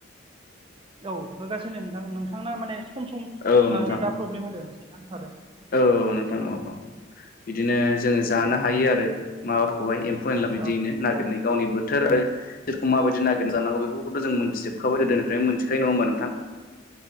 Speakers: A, on the right (about 25°); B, on the left (about 45°).
A: औ होगासिनो नोंथां। नोंथांना माने सम सम
B: औ
A: ओ
B: नोंथां
A: नेदा प्रब्लेम होदों एसे नांथादों।
B: औ नोंथां औ बिदिनो जोङो जानो
A: औ
B: हायो आरो माबाखौहाय एम फौ एनला बिदियैनो
A: औ
B: नागिरनाय गावनि बोथोर आरो <unintelligible> माबायदि नागिरना जानांगौ बेफोरखौथ जों मोनथिजोबखाबाय गोदोनिफ्रायनो मोनथिखायो, नङा होमबा नोंथां?